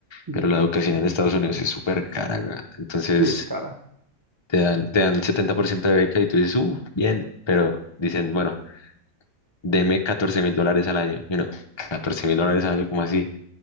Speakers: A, on the right; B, on the left.
A: No,
B: pero la educación en Estados Unidos es súper cara, weá. Entonces
A: Sí, cara.
B: te dan, te dan 70% de beca y tú dices, uh, bien, pero dicen, bueno, deme catorce mil dólares al año. Y uno, catorce mil dólares al año, ¿cómo así?